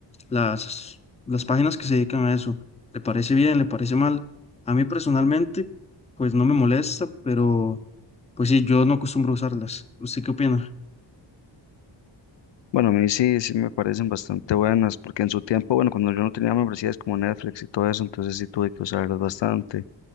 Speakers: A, on the left; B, on the left.
A: las, las páginas que se dedican a eso, ¿le parece bien, le parece mal? A mí personalmente, pues no me molesta, pero pues sí, yo no acostumbro a usarlas. ¿Usted qué opina?
B: Bueno, a mí sí, sí me parecen bastante buenas, porque en su tiempo, bueno, cuando yo no tenía membresías como Netflix y todo eso, entonces sí tuve que usarlas bastante.